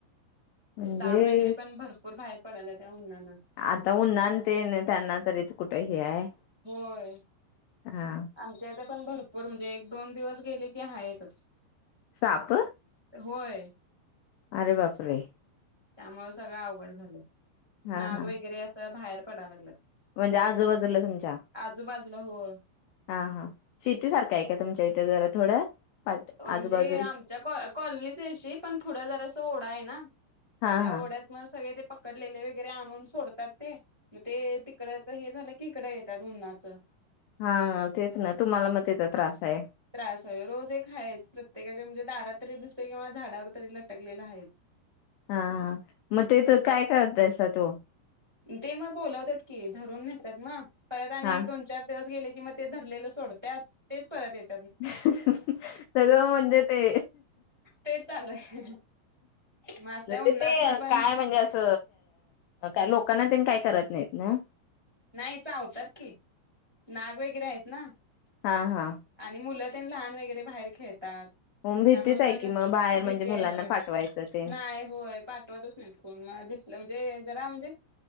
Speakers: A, on the left; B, on the right.
A: म्हणजे
B: ते साप वगैरे पण भरपूर बाहेर पडाला येवला
A: आता उन्हान ते त्यांना तरी कुठे हे आहे
B: होय
A: हा
B: आमच्या इथे पण भरपूर म्हणजे एक दोन दिवस गेले की हाईतच
A: साप
B: होय
A: अरे बापरे
B: त्यामुळे सगळं अवघड झालं
A: हा
B: नाग
A: हा
B: वगैरे असं बाहेर पडाय लागलेत
A: म्हणजे आजूबाजूला तुमच्या
B: आजूबाजूला हो
A: हा हा शेती सारखा आहे का तुमच्या इथे जरा थोडं पाट
B: म्हणजे
A: आजूबाजूला
B: आमच्या कॉलनी पाशी पण पुढं जरा ओढा आहे ना त्या
A: हा हा
B: ओढ्यात मग सगळे ते पकडलेले वगैरे आणून सोडतात ते मग ते तिकडयचं हे झालं तकड येतात उन्हानाचं
A: हा तेच ना तुम्हाला मग तेचा त्रास आहे
B: त्रास आहे रोज एक ह आहेच प्रत्येकाचे म्हणजे दारात तरी दुसरं किंवा झाडावर तरी लटकलेलं आहे
A: हा हा मग तेथ काय करतायसा तू
B: ते मग बोलवतायेत की धरून देता येत ना परत आणि
A: हा
B: एक दोन चार दिवस गेले किं ते धरलेलं सोडत मग तेच परत येत
A: सगळं म्हणजे ते
B: तेच चालू आहे मग असल्या
A: म्हणजे
B: उन्हात
A: ते
B: ना पण
A: काय म्हणजे अस ह लोकांना ते काय करत नाहीत ना
B: नाही चावतात कि नाग वगैरे आहेत ना
A: हा हा
B: आणि मुलं लहान वगैरे बाहेर खेळ त्यात त्यामुळे
A: मग भीतीच आहे
B: पण
A: की मग बाहेर
B: भीतीय
A: म्हणजे मुलांना
B: होय
A: पाठवायचं तेन
B: नाई होय पाठवतच नाहीत कोण मस म्हणजे जरा म्हणजे